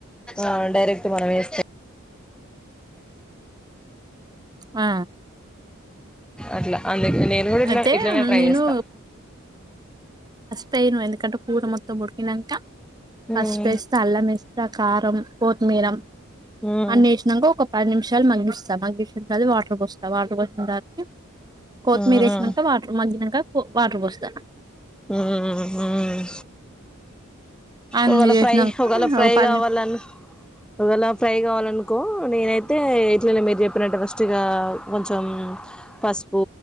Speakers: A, in the centre; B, on the right (about 20°).
A: ఆ డైరెక్ట్ మనం ఎస్తే
B: ఆ
A: అట్లా అన్ నేను కూడా ఇట్ల
B: అయితే
A: ఇట్లనే ట్రై
B: నేను
A: చేస్తా
B: పోయినాను ఎందుకంటే కూర మొత్తం ఉడికినంక
A: ఉమ్
B: పసుపెస్త, అల్లంఎస్త, కారం, కొత్తిమీరం
A: ఉమ్
B: అన్ని వేసినాక ఒక పది నిమిషాలు మగ్గిస్తా మగ్గించిన తర్వాత వాటర్ పోస్తా వాటర్ పోసిన తర్వాత కొత్తిమీర
A: ఉమ్
B: వేసినంక వాటర్ మగ్గినాక పో వాటర్ పోస్త
A: ఉమ్ ఉమ్
B: అన్ని
A: ఒకెళ
B: చేసినంక
A: ఫ్రై ఒకెళ ఫ్రై
B: ఒక పది
A: కావాలని
B: నిమి
A: ఒకవేళ ఫ్రై కావాలనుకో నేనైతే ఇట్లనే మీరు చెప్పినట్టే ఫస్ట్ ఇక కొంచెం పసుపు